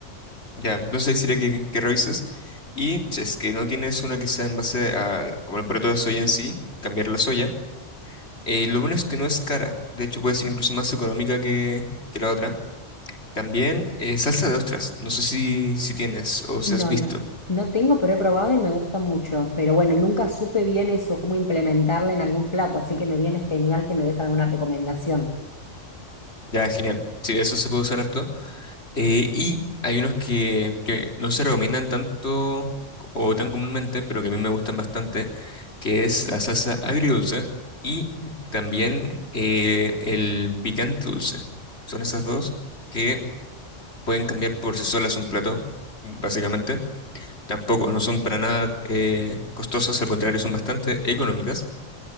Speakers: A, on the left; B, on the left.
A: Ya, entonces sería que, que revises. Y si es que no tienes una que sea en base al, como el producto de soya en sí, cambiar la soya. eh, lo bueno es que no es cara. De hecho, puede ser incluso más económica que, que la otra. También eh, salsa de ostras. No sé si, si tienes o si
B: No,
A: has visto.
B: no, no tengo, pero he probado y me gusta mucho. Pero bueno, nunca supe bien eso, cómo implementarla en algún plato, así que me viene genial que me des alguna recomendación.
A: Ya, genial. Sí, eso se puede usar harto. Eh, y hay unos que, que no se recomiendan tanto o tan comúnmente, pero que a mí me gustan bastante, que es la salsa agridulce y
B: Sí.
A: también eh, el picante dulce. Son esas dos que pueden cambiar por sí solas un plato, básicamente. Tampoco, no son para nada eh, costosas, al contrario, son bastante económicas.